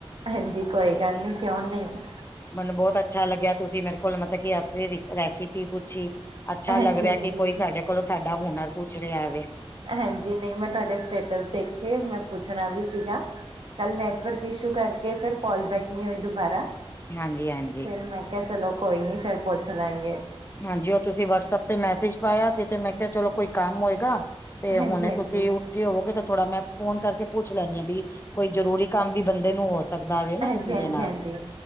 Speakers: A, on the right; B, on the left.
A: ਹਾਂਜੀ ਕੋਈ ਗੱਲ ਨੀ ਕਿਉ ਨਹੀ-
B: ਮੈਨੂੰ ਬਹੁਤ ਅੱਛਾ ਲਗਿਆ ਤੁਸੀ ਮੇਰੇ ਕੋਲ ਮਤਲਬ ਕਿ ਅ ਰੈਸਿਪੀ ਪੁੱਛੀ- ਅੱਛਾ
A: ਹਾਂਜੀ
B: ਲਗ ਰਿਹੈ
A: ਹਾਂਜੀ
B: ਕਿ ਕੋਈ ਸਾਡੇ ਕੋਲੋਂ ਸਾਡਾ ਹੁਨਰ ਪੁੱਛ ਰਿਹੈ ਵੇ।
A: ਹਾਂਜੀ ਨਹੀ ਮੈਂ ਤੁਹਾਡੇ ਸਟੇਟਸ ਦੇਖੇ ਮੈ ਪੁੱਛਣਾ ਵੀ ਸੀਗਾ। ਕਲ ਨੈਟਵਰਕ ਇਸ਼ੂ ਕਰਕੇ ਫੇਰ ਕਾਲ ਬੈਕ ਨਹੀਂ ਹੋਈ ਦੁਬਾਰਾ-
B: ਹਾਂਜੀ ਹਾਂਜੀ।
A: ਫੇਰ ਮੈਂ ਕਿਹਾ ਚਲੋ ਕੋਈ ਨੀ ਫੇਰ ਪੁੱਛ ਲਾਂਗੇ।
B: ਹਾਂਜੀ ਉਹ ਤੁਸੀ ਵਟਸਐਪ ਤੇ ਮੈਸੇਜ ਪਾਇਆ ਸੀ ਤੇ ਮੈ ਕਿਹਾ ਚਲੋ ਕੋਈ ਕੰਮ ਹੋਏਗਾ। ਤੇ ਹੁਣੇ
A: ਹਾਂਜੀ ਹਾਂਜੀ
B: ਤੁਸੀ- ਹੋਵੋਗੇ ਤੇ ਥੋੜਾ ਮੈਂ ਫੋਨ ਕਰਕੇ ਪੁੱਛ ਲੈਨੀ ਹਾਂ ਵੀ ਕੋਈ ਜਰੂਰੀ ਕੰਮ ਵੀ ਬੰਦੇ ਨੂੰ ਹੋ ਸਕਦਾ ਵੇ ਨਾ
A: ਹਾਂਜੀ
B: ਕਿਸੇ
A: ਹਾਂਜੀ
B: ਦੇ ਨਾਲ
A: ਹਾਂਜੀ